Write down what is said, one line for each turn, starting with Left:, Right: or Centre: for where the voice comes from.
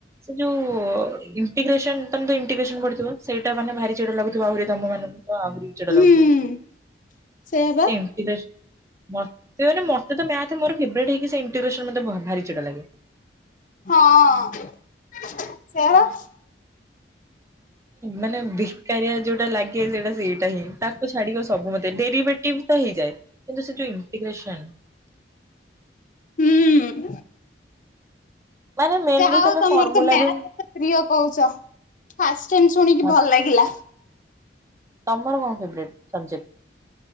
Right: ସେ ଯୋଉ ଇଣ୍ଟିଗ୍ରେସନ ତମେ ତ ଇଣ୍ଟିଗ୍ରେସନ ପଡିଥିବ? ସେଇଟା ମାନେ ଭାରି ଚିଡା ଲାଗୁଥିବ ଆହୁରି ତମ ମାନେ ତ ଆହୁରି ଚିଡା
Left: ହୁଁ
Right: ଲାଗୁଥିବ
Left: ସେଇଆ ବା।
Right: ସେ। ମେ ମାନେ ମତେ ତ ମ୍ୟାଥ ମୋର ଫେଭରେଟ ହେଇକି ସେ ଇଣ୍ଟିଗ୍ରେସନ ମତେ ଭାରି ଚିଡ଼ା ଲାଗେ।
Left: ହଁ ସେଇଆପା
Right: ମାନେ ବେକାରିଆ ଯୋଉଟା ଲାଗେ ସେଇଟା ସେଇଟା ହିଁ ତାକୁ ଛାଡିକ ସବୁ ମତେ ଡେରିଭେଟିଭ ତ ହେଇଯାଏ। କିନ୍ତୁ ସେ ଯୁ ଇଣ୍ଟିଗ୍ରେସନ।
Left: ହୁଁ।
Right: ମାନେ ମେନଲି
Left: ଯହା ହଉ
Right: ତମେ
Left: ତମର
Right: ଫର୍ମୁଲା
Left: ତ ମ୍ୟାଥ
Right: ବି
Left: ଏତେ ପ୍ରିୟ କହୁଛ ଫାର୍ଷ୍ଟ ଟାଇମ ଶୁଣିକି
Right: ହଁ,
Left: ଭଲ ଲାଗିଲା।
Right: ତମର କଣ ଫେଭରେଟ ସବଜେକ୍ଟ?